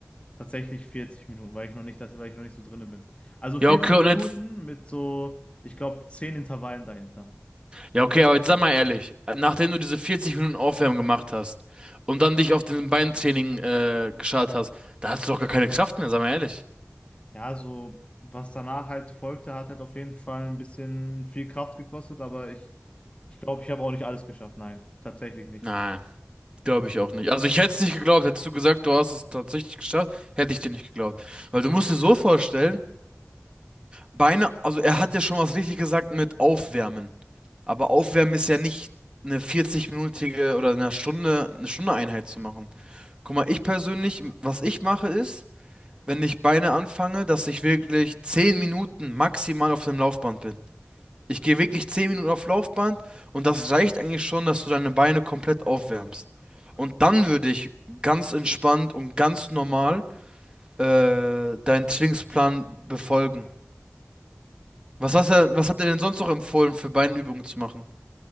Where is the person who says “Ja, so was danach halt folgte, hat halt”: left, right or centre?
Left